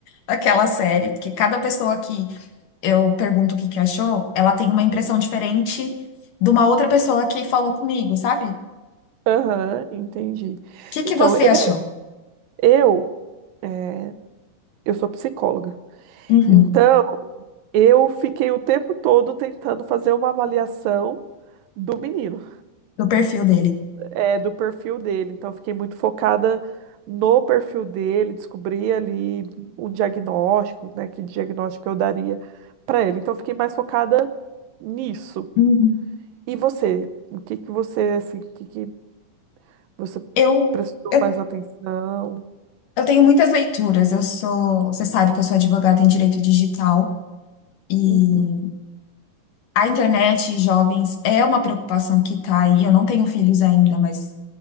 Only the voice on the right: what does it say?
Aham, entendi.
Então,
eu
eu é, eu sou psicóloga.
Então, eu fiquei o tempo todo tentando fazer uma avaliação do menino.
é, do perfil dele. Então, eu fiquei muito focada no perfil dele, descobri ali o diagnóstico, né? Que diagnóstico eu daria para ele. Então, eu fiquei mais focada nisso.
E você? O que que você, assim, o que que você
prestou
mais atenção?
Uhum.